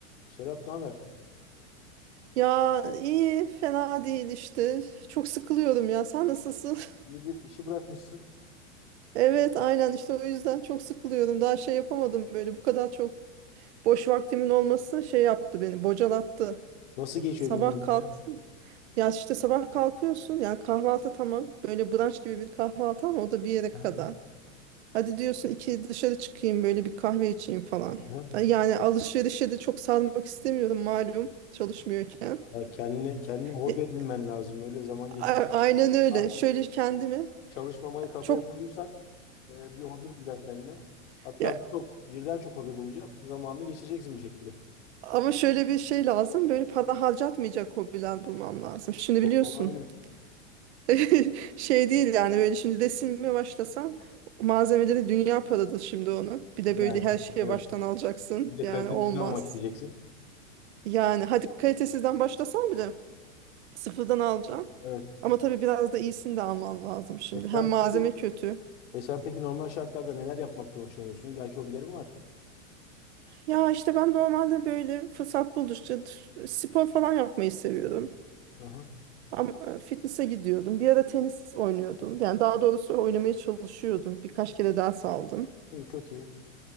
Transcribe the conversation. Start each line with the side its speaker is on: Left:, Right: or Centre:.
Left: Serap ne haber?
Right: Ya iyi, fena değil işte. Çok sıkılıyorum ya. Sen nasılsın? <laughs>
Left: İyidir işi bırakmışsın.
Right: Evet, aynen işte o yüzden çok sıkılıyorum. Daha şey yapamadım böyle. Bu kadar çok boş vaktimin olması şey yaptı beni, bocalattı.
Left: Nasıl geçiyor
Right: Sabah
Left: günlerin
Right: kalk,
Left: ya?
Right: ya işte sabah kalkıyorsun. Yani kahvaltı tamam. Böyle brunch gibi bir kahvaltı ama o da bir yere
Left: Aha.
Right: kadar. Hadi diyorsun iki dışarı çıkayım böyle bir kahve içeyim falan.
Left: Aha.
Right: Yani alışverişe de çok sarmak istemiyorum malum çalışmıyorken.
Left: Ya kendine, kendine hobi
Right: E,
Left: edinmen lazım. Öyle zaman geçmez.
Right: a- Aynen öyle.
Left: Artık
Right: Şöyle kendimi
Left: çalışmamayı kafaya
Right: çok
Left: koyuyorsan e, bir hobi bulacaksın kendine. Hatta
Right: Ya,
Left: birçok, birden çok hobi bulacaksın. Zamanını geçireceksin bir şekilde.
Right: ama şöyle bir şey lazım. Böyle para harcatmayacak hobiler bulmam lazım. Şimdi
Left: O-
Right: biliyorsun.
Left: olabilir.
Right: <laughs> Şey değil yani böyle şimdi resimle başlasan malzemeleri dünya paradır şimdi onun. Bir de
Left: Yani
Right: böyle her şeye
Left: evet.
Right: baştan alacaksın.
Left: Bir de
Right: Yani
Left: kaliteli
Right: olmaz.
Left: işini almak isteyeceksin.
Right: Yani hadi kalitesizden başlasan bile sıfırdan alacaksın.
Left: Evet.
Right: Ama tabii biraz da iyisini de alman lazım şimdi.
Left: E
Right: Hem
Left: sen,
Right: malzeme
Left: peki-
Right: kötü.
Left: e sen peki normal şartlarda neler yapmaktan hoşlanıyorsun? İlla ki hobilerin var.
Right: Ya işte ben normalde böyle fırsat buldukça spor falan yapmayı seviyorum.
Left: Aha.
Right: Ama e, fitness'a gidiyordum. Bir ara tenis oynuyordum. Yani daha doğrusu oynamaya çalışıyordum. Birkaç kere ders aldım.
Left: İyi çok iyi.